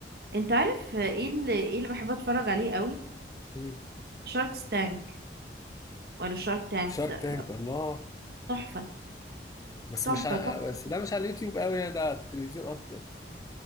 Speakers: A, on the right; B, on the left.
A: انت عارف ايه اللي ايه اللي بحب اتفرج عليه قوي
B: مم.
A: شارك تانك ولا شارك تانك
B: شارك
A: ده
B: تانك
A: بقى
B: الله
A: تحفة
B: بس
A: تحفة
B: مش ع...
A: تحفة
B: بس ده مش على اليوتيوب قوي يعني ده على التلفزيون اكتر